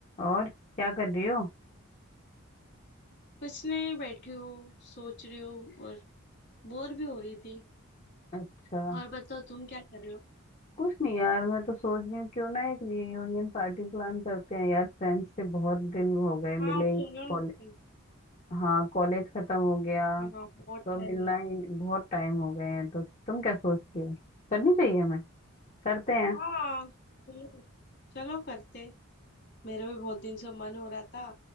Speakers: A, on the left (about 35°); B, on the left (about 55°).
A: और क्या कर रही हो
B: कुछ नहीं बैठी हूँ सोच रही हूँ और बोर भी हो रही थी
A: अच्छा
B: और बताओ तुम क्या कर रहे हो
A: कुछ नहीं यार मैं तो सोच रही हूँ क्यों ना एक रियूनियन पार्टी प्लान करते हैं यार फ्रेंड्स से बहुत दिन हो गए
B: हाँ
A: मिले
B: चलो
A: ही
B: ना
A: कॉलेज
B: करते हैं।
A: हाँ कॉलेज खत्म हो गया
B: हाँ बहुत
A: तो
B: टाइम
A: अब मिलना
B: है
A: ही बहुत टाइम हो गए हैं तो तुम क्या सोचती हो करनी चाहिए हमें करते हैं
B: हाँ चलो चलो करते हैं। मेरा भी बहुत दिन से मन हो रहा था